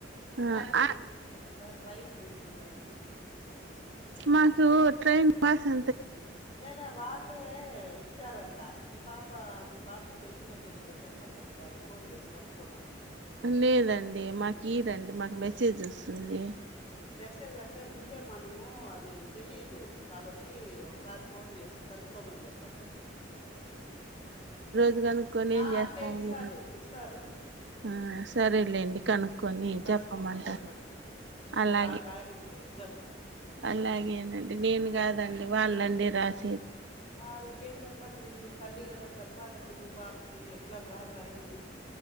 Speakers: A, on the right; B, on the left.
A: ఆ
B: చార్జీలు పెట్ట్కొని పోతుందా. ట్రైన్ కెళ్తుందాని
A: మాకు ట్రైన్ పాసు
B: లే లే వాల్లే ఇచ్చారంటా ఈ పాప మీ పాప్ తెలుస్నో తెలీదో చెప్పండి ఒకసారి ఫోన్ చేసి కనుక్కోమనండి.
A: అలేదండి మాకు ఈరండి మాకు మెసేజ్ వస్సుంది.
B: మెసేజ్ అంటే ముందే మనము అది తెలిద్. దు కాబట్టి ఒకసారి ఫోన్ చేసి కనుక్కొమని చెప్పండి.
A: జు కనుక్కొని
B: ఆ
A: ఎం జేస్తాం
B: అట్లే ఇస్తారు
A: అందరం.
B: ఇస్తారు
A: ఆ సరేలేండి కనుక్కొని
B: ఇప్పుడు కనుక్కోమని
A: చెప్పమంటాను,
B: చెప్పండి
A: అలాగే
B: బాగా రాయమనండి ఎగ్జామ్
A: అలాగేనండి నేను కాదండి. ఇవాళ్ళండి రాస్
B: వాళ్ళకే చెప్పండి మీ తల్లి కదా చెప్పాలండి మీ పాప్కి ఎగ్జామ్ బాగా రాయమని